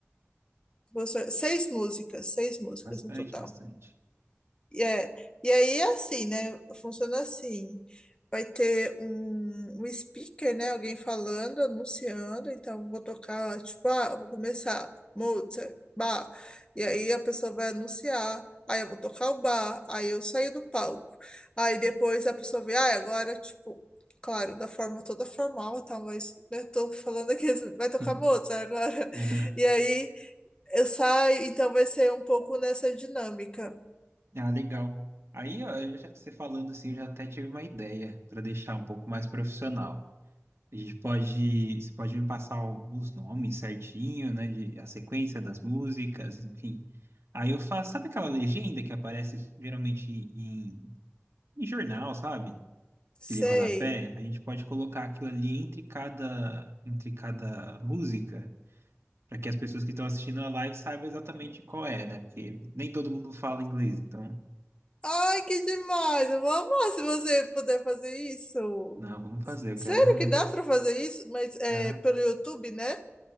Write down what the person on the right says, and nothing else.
Bastante,
bastante.
<laughs>
Aham.
Ah, legal. Aí, ó, eu já você falando assim, eu já até tive uma ideia para deixar um pouco mais profissional. A gente pode, você pode me passar os nomes certinho, né, de, a sequência das músicas, enfim. Aí eu faço, sabe aquela legenda que aparece geralmente em em jornal, sabe?
Aquele rodapé, a gente pode colocar aquilo ali entre cada, entre cada música, para que as pessoas que estão assistindo a live saibam exatamente qual é, né? Porque nem todo mundo fala inglês, então,
não, vamos fazer,
eu
quero.
tá?